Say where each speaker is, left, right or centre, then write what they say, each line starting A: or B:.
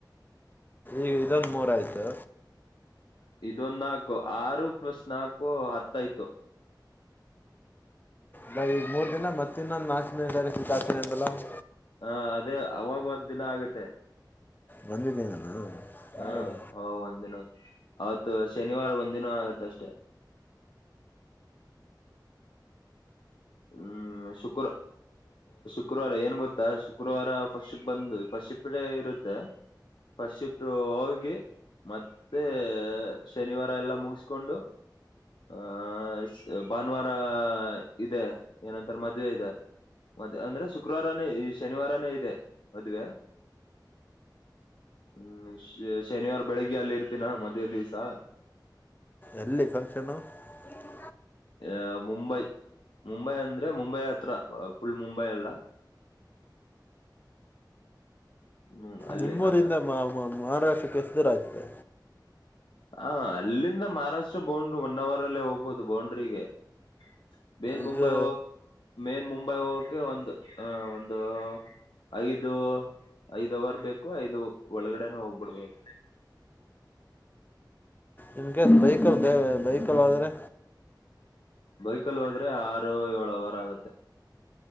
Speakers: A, on the left (about 25°); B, on the left (about 80°).
A: ಈಗ ಇದೊಂದು ಬೋರಾಯ್ತು.
B: ಇದೊಂದು ನಾಲ್ಕು, ಆರು ಪ್ಲಸ್ ನಾಲ್ಕು- ಓ, ಆರತಾಯ್ತು.
A: ಬ ಈಗ ಮೂರ್ ದಿನ ಮತ್ತೆ ಇನ್ನೊಂದುನಾಕ, - ನ ಸ ಸತಾತ ಅಲ್ಲ <inaudible>
B: ಹಾ, ಅದೇ ಅವಾಗ ಒಂದ್ ದಿನ ಆಗತ್ತೆ.
A: ಬಂದಿದ್ದೀನಿ ನಾನು
B: ಹಾ,
A: ಬರು.
B: ಹ ಒಂದಿನ- ಅವತ್ ಶನಿವಾರ ಒಂದಿನ ಆಗತ್ತಷ್ಟೆ. ಹ್ಮ್, ಶುಕ್ರ - ಶುಕ್ರವಾರ ಏನ್ ಗೊತ್ತಾ ಶುಕ್ರವಾರ ಫಸ್ಟಶಿಷ್ಟೇ ಬಂದು ಫಸ್ಟ್ ಶಿಫ್ಟೇ ಇರುತ್ತೆ. ಫಸ್ಟ್ ಶಿಫ್ಟ್ ಹೋಗಿ ಮತ್ತೆ ಶನಿವಾರ ಎಲ್ಲ ಮುಗಿಸಕೊಂಡು. - ಆಹ ಭಾನುವಾರ ಇದೆ ಏನಂತರ ಮದ್ವೆ ಇದೆ ಮದ್ ಅಂದ್ರೆ ಶುಕ್ರವಾರನೇ ಈ ಶನಿವಾರನೇ ಇದೆ. ಮದ್ವೆ ಹ್ಮ್, ಶನಿವಾರ ಬೆಳಿಗ್ಗೆ ಅಲ್ಲಿ ಇರ್ತೀನ ಮದ್ವೆ ದಿವ್ಸ.
A: ಎಲ್ಲಿ ಫಂಕ್ಷನು. -
B: ಅ ಮುಂಬೈ, ಮುಂಬೈ ಅಂದ್ರೆ ಮುಂಬೈ ಅತ್ರ ಫುಲ್ ಮುಂಬೈ ಅಲ್ಲ. ಹ್ಮ್ ಅಲ್ಲಿ
A: ನಿಮ್ಮೂರಿಂದ
B: ಹತ್ರ
A: ಮಹಾರಾಷ್ಟ್ರಕ್ಕೆ ಎಷ್ಟದೂರಹಾಗತ್ತೆ.
B: ಹ ಅಲ್ಲಿಂದ ಮಹಾರಾಷ್ಟ್ರ ಬೌಂಡ್ರಿ ಒನ್ ಅವರ್ ಅಲ್ಲೇ ಹೋಗ್ಬಹದು ಬೌಂಡ್ರಿಗೆ. - ಮೇನ್
A: ಇದು
B: ಮುಂಬೈ ಹೋಗಕ್ಕೆ, ಮೇನ್ ಮುಂಬೈ ಹೋಗಕ ಒಂದು ಅ- ಒಂದು ಐದು, ಐದ್ ಅವರ್ ಬೇಕು ಐದು ಒಳಗಡೆನ ಹೋಗ್ಬಿಡ್ಬೋದು.
A: ಇನ್ ಕೇಸ್ ಬೈಕಲ್ಲಿ ದವೆ ಬೈಕಲ್ಲಿ ಹೋದರೆ.,
B: ಬೈಕಲ್ಲಿ ಹೋದ್ರೆ ಆರು ಏಳು ಅವರ್ ಆಗತ್ತೆ.